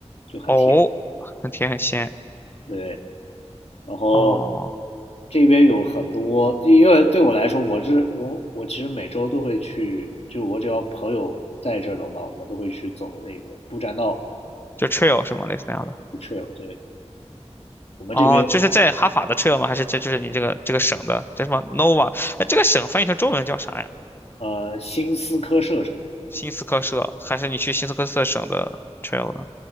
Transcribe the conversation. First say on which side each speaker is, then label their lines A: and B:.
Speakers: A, on the left; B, on the left.
A: 就很甜。
B: 哦，很甜很鲜，
A: 对，然后
B: 哦，
A: 这边有很多，因为对我来说，我这我我其实每周都会去，就我只要朋友在这儿的话，我们都会去走那个步栈道
B: 就 trail 是吗？类似那样的。
A: trail。对，我们这边
B: 哦，就是在哈法的 trail 吗？还是这就是你这个这个省的叫什么 Nova？哎，这个省翻译成中文叫啥呀？
A: 呃新斯科舍
B: 新斯科舍，还是你去新斯科舍省的 trail 呢？